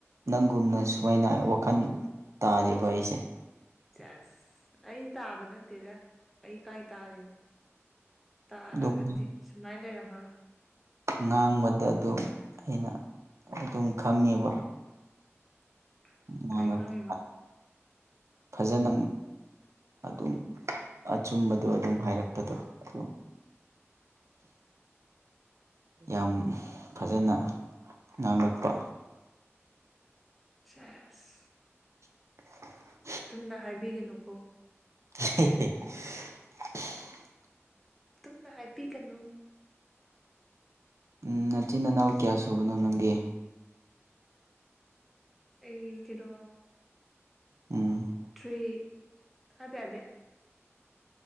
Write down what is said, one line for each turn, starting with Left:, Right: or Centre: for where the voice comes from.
Right: ꯅꯪꯒꯨꯝꯅ ꯁꯨꯃꯥꯏꯅ ꯋꯥꯈꯜ ꯇꯥꯜꯂꯤꯕ ꯑꯩꯁꯦ
Centre: ꯆꯁ ꯑꯩ ꯇꯥꯕ ꯅꯠꯇꯦꯗ ꯑꯩ ꯀꯥꯏ ꯇꯥꯔꯤꯅꯣ ꯇꯥꯔꯒꯗꯤ
Right: ꯑꯗꯨꯝ
Centre: ꯁꯨꯃꯥꯏ ꯂꯩꯔꯝꯃꯔꯣꯏ
Right: ꯉꯥꯡꯕꯗ ꯑꯗꯨꯝ ꯑꯩꯅ ꯑꯗꯨꯝ ꯈꯪꯉꯦꯕ
Centre: <inaudible>
Right: ꯉꯥꯡꯂꯛꯄ
Centre: ꯈꯪꯉꯤꯕ
Right: ꯐꯖꯅ ꯑꯗꯨꯝ ꯑꯆꯨꯝꯕꯗꯣ ꯑꯗꯨꯝ ꯍꯥꯏꯔꯛꯄꯗꯣ ꯑꯗꯨꯝ ꯎ ꯌꯥꯝ ꯐꯖꯅ ꯉꯥꯡꯂꯛꯄ
Centre: ꯑꯁ
Right: <unintelligible>
Centre: ꯇꯝꯅ ꯍꯥꯏꯕꯤꯒꯅꯨꯀꯣ
Right: <unintelligible>
Centre: ꯇꯝꯅ ꯍꯥꯏꯄꯤꯒꯅꯨ
Right: ꯎꯝ ꯅꯆꯤꯟ ꯏꯅꯥꯎ ꯀꯌꯥ ꯁꯨꯕꯅꯣ ꯅꯪꯒꯤ
Centre: ꯑꯩ ꯀꯩꯅꯣ
Right: ꯎꯝ
Centre: ꯊꯔꯤ ꯑꯗꯦ ꯑꯗꯦ